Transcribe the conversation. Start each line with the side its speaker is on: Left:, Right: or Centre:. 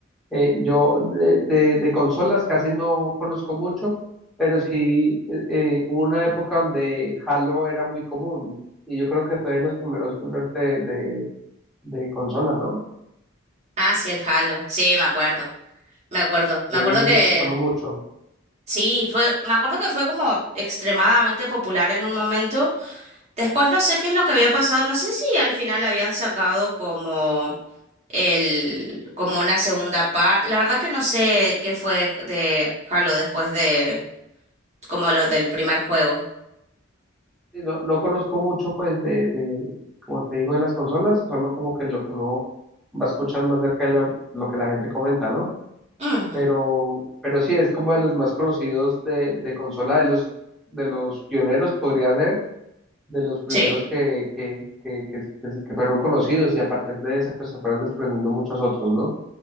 Centre: Eh, yo de, de- de consolas casi no conozco mucho, pero sí eh, eh, hubo una época donde Halo era muy común y yo creo que fue de los primeros shooters de, de, de consolas, ¿no?
Right: Ah, sí, el Halo. Sí, me acuerdo. Me acuerdo. Me
Centre: Entonces
Right: acuerdo que
Centre: eso sonó mucho.
Right: sí, fue, me acuerdo que fue como extremadamente popular en un momento. Después no sé qué es lo que había pasado. No sé si al final habían sacado como el, como una segunda parte. La verdad que no sé qué fue de, de Halo después de, como los del primer juego.
Centre: Y no, no conozco mucho pues de, de, como te digo, de las consolas, solo como que lo que uno va escuchando acerca de lo, lo que la gente comenta, ¿no?
Right: Ujú,
Centre: Pero, pero sí, es como de los más conocidos de, de consola, de los, de los pioneros, podría ser de los primeros
Right: Sí.
Centre: que, que, que, que, que se- que fueron conocidos y a partir de ese pues se fueron desprendiendo muchos otros, ¿no?